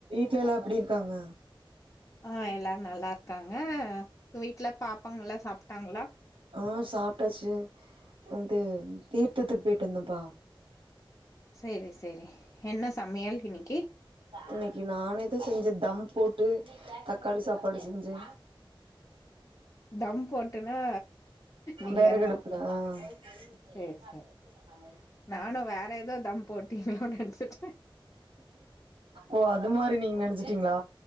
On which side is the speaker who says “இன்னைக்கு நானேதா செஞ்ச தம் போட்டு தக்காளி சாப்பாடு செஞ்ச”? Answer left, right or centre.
Right